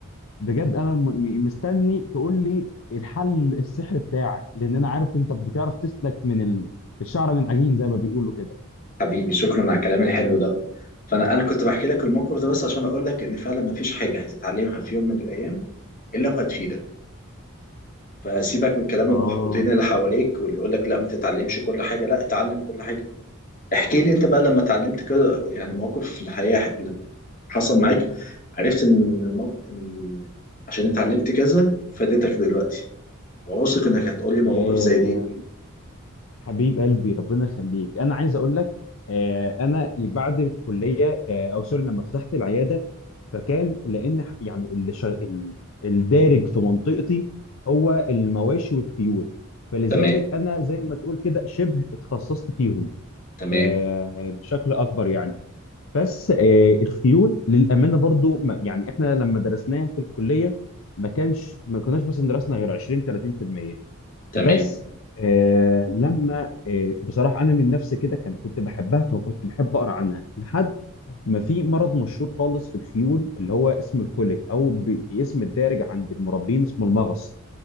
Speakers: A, on the left (about 65°); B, on the left (about 40°).
A: بجد انا م- م- مستني تقول لي الحل السحر بتاعك لان انا عارف انت بتعرف تسلك من ال- الشعر من عجين زي ما بيقولوا كده
B: حبيبي شكرا على الكلام الحلو ده فانا انا كنت بحكي لك الموقف ده بس عشان اقول لك ان فعلا ما فيش حاجه هتتعلمها في يوم من الايام الا وهتفيدك فسيبك من كلام
A: اه
B: المحبطين اللي حواليك واللي يقول لك لا ما تتعلمش كل حاجه لا اتعلم كل حاجه احكي لي انت بقى لما اتعلمت كده يعني مواقف في الحياة اللي حصل معاك عرفت ان الموقف ان عشان اتعلمت كذا فادتك دلوقتي واثق انك هتقول لي مواقف
A: آه،
B: زي دي
A: حبيب قلبي ربنا يخليك انا عايز اقول لك آه، انا بعد الكليه آه، او سوري لما فتحت العياده فكان لان ح- يعني اللي شا- ال- الدارج في منطقتي هو المواشي والخيول فلذلك
B: تمام
A: انا زي ما تقول كده شبه اتخصصت فيهم
B: تمام
A: آه، بشكل اكبر يعني بس آه، الخيول للامانه برضو ما- يعني احنا لما درسناها في الكليه ما كانش ما كناش مثلا درسنا غير 20 30%
B: تمام
A: بس آه لما آه بصراحه انا من نفسي كده كان كنت بحبها فكنت بحب اقرا عنها لحد ما في مرض مشهور خالص في الخيول اللي هو اسمه الكوليك او باسم الدارج عند المربين اسمه المغص